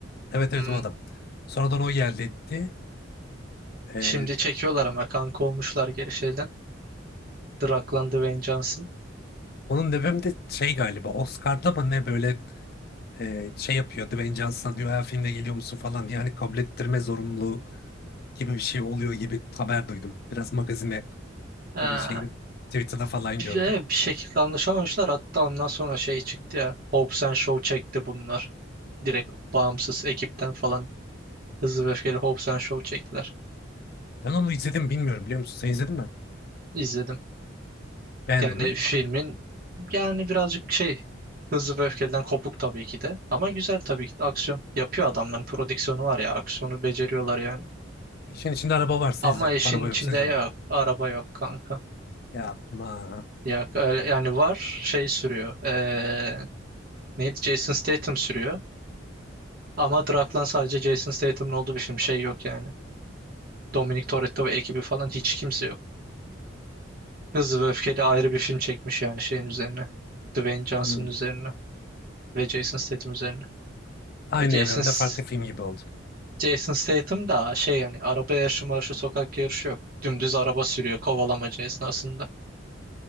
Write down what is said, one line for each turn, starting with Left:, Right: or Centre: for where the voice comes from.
Left: Evet evet
Right: Hmm.
Left: o adam. Sonradan o geldi etti. Ee,
Right: Şimdi çekiyorlar ama kanka olmuşlar geri şeyden. Draklan Dwayne Johnson.
Left: onun nedeni de şey galiba Oscar'da mı ne böyle e, şey yapıyor Dwayne Johnson'a diyor ha filmde geliyor musun falan diye hani kabul ettirme zorunluluğu gibi bir şey oluyor gibi haber duydum. Biraz magazine
Right: Ha.
Left: böyle şeyin Twitter'da falan
Right: Bir,
Left: gördüm.
Right: e, bir şekilde anlaşamamışlar. Hatta ondan sonra şey çıktı ya. Hobbs and Shaw çekti bunlar. Direkt bağımsız ekipten falan Hızlı ve Öfkeli Hobbs and Shaw çektiler.
Left: Ben onu izledim bilmiyorum biliyor musun? Sen izledin mi?
Right: İzledim.
Left: Beğendin
Right: Yani
Left: mi?
Right: filmin yani birazcık şey Hızlı ve Öfkeli'den kopuk tabii ki de. Ama güzel tabii ki de. Aksiyon yapıyor adamların prodüksiyonu var ya. Aksiyonu beceriyorlar yani.
Left: İşin içinde araba varsa
Right: Ama
Left: izlerim.
Right: işin
Left: Araba
Right: içinde
Left: yoksa izlemem.
Right: yok. Araba yok kanka.
Left: Yapma.
Right: Yok öyle yani var şey sürüyor. Ee, neydi? Jason Statham sürüyor. Ama Draklan sadece Jason Statham'ın olduğu bir film. Şey yok yani. Dominic Toretto ve ekibi falan hiç kimse yok. Hızlı ve Öfkeli ayrı bir film çekmiş yani şeyin üzerine. Dwayne Johnson'ın
Left: Anladım.
Right: üzerine ve Jason Statham üzerine.
Left: Aynı
Right: E, Jason
Left: evrende
Right: S-
Left: farklı film gibi oldu.
Right: Jason Statham da şey yani araba yarışı marşı sokak yarışı yok. Dümdüz araba sürüyor kovalamaca esnasında.